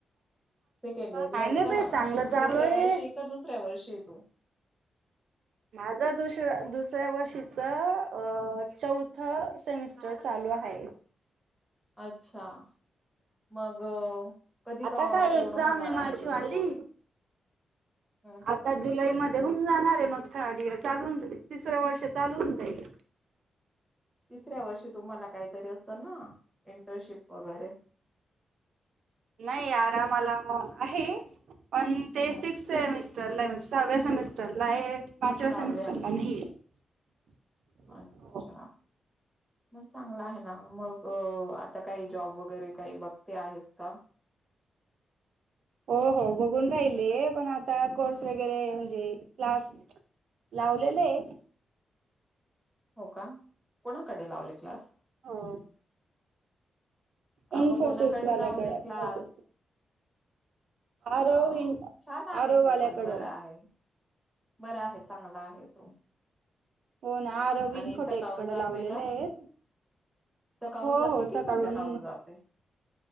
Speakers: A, in the centre; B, on the right (about 70°).
A: सेकंड इयर
B: काय
A: ला आहे
B: नाही
A: का
B: बाई चांगलं
A: तिसऱ्या
B: चालू आहे
A: वर्षी ये का दुसऱ्या वर्षी आहे तू?
B: माझं दुस दुसऱ्या वर्षीच अ चौथं सेमिस्टर चालू हाये.
A: अच्छा मग कधी
B: आता काय
A: पूर्ण
B: एक्झाम
A: होणार
B: आहे माझी
A: तुझा
B: वाली
A: कोर्स? ह
B: आता जुलै मध्ये होऊन जाणार आहे मग. त्या आधी चालून तिसऱ्या वर्ष चालूून जाईल.
A: तिसऱ्या वर्षी तुम्हाला काहीतरी असतं ना इंटर्नशिप वगैरे?
B: नाही आरामाला आहे. पन ते
A: ह
B: सिक्स म सरला आहे म्हणजे सहाव्या सेमिस्टरलाये. पाचव्या
A: सहाव्या
B: सेमीस्टरला नाहीये. <unintelligible>
A: अच्छा
B: हो
A: मग चांगला आहे ना मग अ आता काही जॉब वगैरे काही बघते आहेस का?
B: हो हो बघून राहिलेय पण आता कोर्स वगैरे म्हणजे क्लास लावलेलेय.
A: हो का, कोणाकडे लावले क्लास?
B: हो. इन्फोसिस
A: अगं कोणाकडे
B: वाल्याकडे
A: लावले क्लास?
B: असं आरव
A: अ
B: इन
A: छान आहे
B: आरव
A: तो
B: वाल्याकडं
A: पण बरा आहे. बरा आहे चांगला आहे तो.
B: हो ना आ रवीन
A: आणि
B: फुटेककड
A: सकाळून जाते
B: लावलेलेयेत,
A: का? सकाळून
B: हो
A: जाते
B: हो
A: की
B: सकाळून
A: संध्याकाळून जाते?